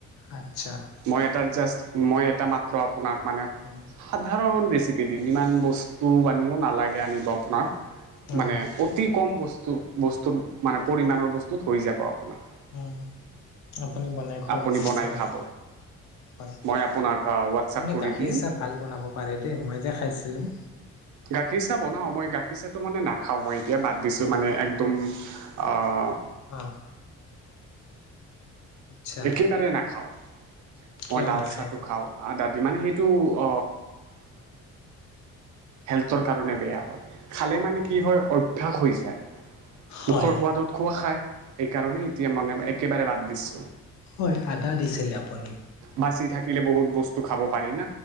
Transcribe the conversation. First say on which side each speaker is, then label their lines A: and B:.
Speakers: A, on the left; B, on the right.
A: আচ্ছা
B: মই এটা জাষ্ট মই এটা মাত্ৰ। চপ আপোনাৰ মানে
A: উম
B: সাধাৰণ ৰেচিপি দিম। ইমান বস্তু আনিও নালাগে, আনিব আপোনাক।
A: উম
B: মানে অতি কম বস্তু। বস্তু বস্তুৰ মানে পৰিমাণৰ বস্তুত হৈ যাব আপোনাৰ
A: উম, আপুনি বনাই খুৱাব
B: আপুনি
A: মোক।
B: বনাই
A: <unintelligible>
B: খাব
A: হয়।
B: মই আপোনাক হোৱাটছআপ
A: আপুনি
B: কৰি
A: গাখীৰ
B: দিম
A: চাহ ভাল বনাব পাৰে দেই, মই যে খাইছিলোঁ।
B: গাখীৰ চাহ বনাওঁ। মই গাখীৰ চাহটো মানে নাখাওঁ মই। এতিয়া বাদ দিছোঁ
A: অ
B: মানে
A: অ
B: একদম আঁ।
A: অ আচ্ছা
B: একেবাৰে নাখাওঁ।
A: কিয়
B: মই লাল
A: নাখায়
B: চাহটো
A: একেবাৰে?
B: খাওঁ আদাদি, মানে সেইটো। ব হেল্থৰ কাৰণে বেয়া হয় খালে মানে কি হয় অ ঠাস হৈ যায়। মুখৰ
A: হয়
B: সোৱাদত খোৱা খাই সেইকাৰণেই এতিয়া মান একেবাৰে বাদ দৃশ্য
A: হয় আদা দিছিলে আপুনি।
B: বাচি থাকিল বহুত বস্তু খাব পাৰিম।